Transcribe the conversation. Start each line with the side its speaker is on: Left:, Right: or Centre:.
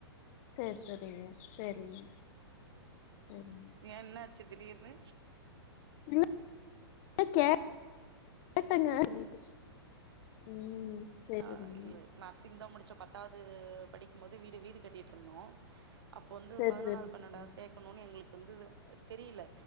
Left: சே சேரிங்க சேரிங்க சேரிங்க
Right: ஏ என்னாச்சு திடீர்னு
Left: இல்ல கேட் கேட்டங்க சொல்லிட்டே ம் சேரதுங்க
Right: ஆ இல்ல நர்சிங் தா முடிச்சே பத்தாவது படிக்கும்போது வீடு வீடு கட்டிட்டிருந்தோ அப்போ வந்து
Left: சேரி
Right: பதினொன்னாவது
Left: சேரி
Right: பன்னெண்டாவது
Left: சேரிங்க
Right: சேக் கனுனே எங்களுக்கு வந்து தெரியல